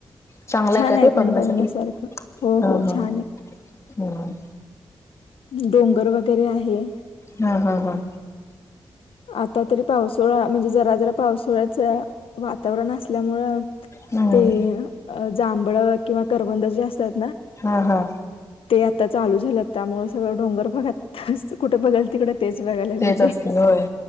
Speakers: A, on the left; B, on the left.
A: चांगलाय
B: छान
A: काय
B: आहे
A: ते
B: पण
A: बघण्यासाठी
B: बघण्यासारखं हो
A: हा
B: हो
A: हा
B: छान आहे
A: ह
B: डोंगर वगैरे आहे
A: हा हा हा
B: आता तरी पावसाोळा म्हणजे जरा जरा पावसाोळ्याच वातावरण असल्यामुं
A: हम्म
B: ते जांभळ किंवा करबंद जे असतात ना
A: हा हा
B: ते आता चालू झाले त्यामुळे सगळं डोंगर बघत कुठंबघल तिकडं तेच बघायला मिळते
A: तेच असतील होय.